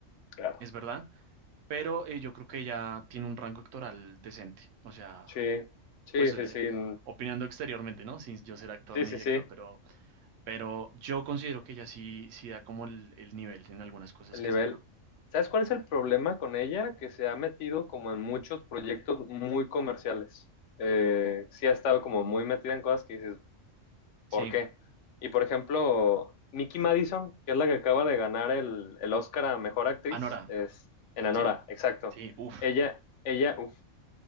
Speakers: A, on the left; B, on the right.
A: claro.
B: es verdad, pero eh, yo creo que ella tiene un rango actoral decente. O sea,
A: Sí, sí,
B: pues
A: sí,
B: eh,
A: sí, mm,
B: opinando exteriormente, ¿no? Sin yo ser actor
A: sí,
B: ni
A: sí,
B: director,
A: sí,
B: pero, pero yo considero que ella sí, sí da como el, el nivel en algunas cosas
A: el
B: que
A: nivel.
B: saca.
A: ¿Sabes cuál es el problema con ella? Que se ha metido como en muchos proyectos muy comerciales. Eh, sí ha estado como muy metida en cosas que dices, ¿por
B: Sí,
A: qué? Y por ejemplo, Mickey Madison, que es la que acaba de ganar el, el Oscar a Mejor Actriz,
B: Anora,
A: es en Anora,
B: ¿sí?
A: exacto.
B: Sí, uff,
A: Ella, ella, uff,